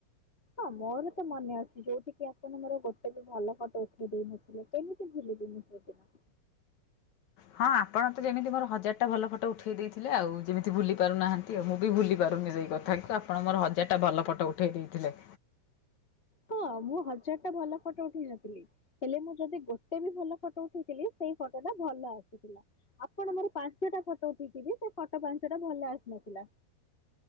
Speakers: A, on the left; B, on the left.
A: ହଁ ମୋରୋ ତ ମନେ ଅଛି ଯୋଉଠିକିି ଆପଣ ମୋରୋ ଗୋଟେ ବି ଭଲ ଫଟ ଉଠେଇ ଦେଇନଥିଲେ। କେମିତି ଭୁଲିବି ମୁଁ ସେ ଦିନ।
B: ହଁ ଆପଣ ତ ଯେମିତି ମୋରୋ ହଜାର ଟା ଭଲ ଫଟ ଉଠେଇ ଦେଇଥିଲେ ଆଉ ଯେମିତି ଭୁଲି ପାରୁନାହାନ୍ତି ଆଉ ମୁଁ ବି ଭୁଲି ପାରୁନି ସେଇ କ କଥାକୁ ଆପଣ ମୋର ହଜାରଟା ଭଲ ଫଟୋ ଉଠାଇ ଦେଇଥିଲେ।
A: ହଁ ମୁଁ ହଜାର ଟା ଭଲ ଫଟୋ ଉଠେଇ ନଥିଲି। ହେଲେ ମୁଁ ଯଦି ଗୋଟେ ବି ଭଲ ଫଟୋ ଉଠେଇଥିଲି ସେଇ ଫଟୋଟା ଭଲ ଆସିଥିଲା। ଆପଣ ମୋର ପାଞ୍ଚଟା ଫଟୋ ଉଠେଇଥିଲେ ସେ ଫଟୋ ପାଞ୍ଚଟା ଭଲ ଆସିନଥିଲା।